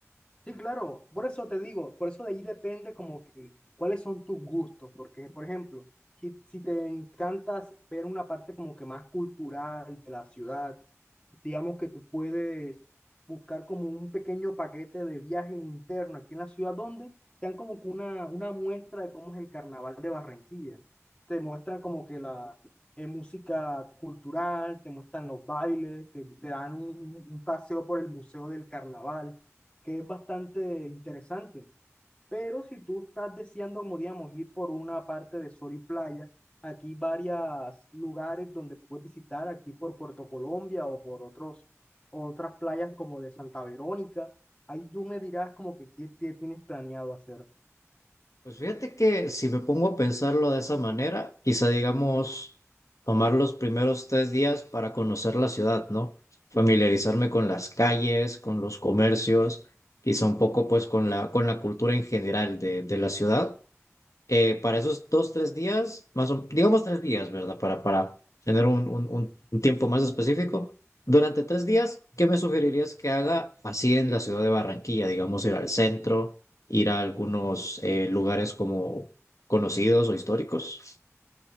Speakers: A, on the left; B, on the left.
A: Sí, claro, por eso te digo, por eso de ahí depende como que cuáles son tus gustos, porque por ejemplo, si, si te encantas ver una parte como que más cultural de la ciudad, digamos que tú puedes buscar como un pequeño paquete de viajes internos aquí en la ciudad donde te dan como que una, una muestra de cómo es el carnaval de Barranquilla. Te muestran como que la eh, música cultural, te muestran los bailes, te, te dan un, un paseo por el Museo del Carnaval, que es bastante interesante. Pero si tú estás deseando, como digamos, ir por una parte de sol y playa, aquí varios lugares donde puedes visitar, aquí por Puerto Colombia o por otros, otras playas como de Santa Verónica. Ahí tú me dirás como que qué, qué tienes planeado hacer.
B: Pues fíjate que si me pongo a pensarlo de esa manera, quizá digamos tomar los primeros tres días para conocer la ciudad, ¿no? Familiarizarme con las calles, con los comercios, quizá un poco pues con la, con la cultura en general de, de la ciudad eh, para esos dos, tres días, más o, digamos tres días, ¿verdad? Para, para tener un, un, un- un tiempo más específico. Durante tres días, ¿qué me sugerirías que haga así en la ciudad de Barranquilla? Digamos, ir al centro, ir a algunos eh, lugares como conocidos o históricos.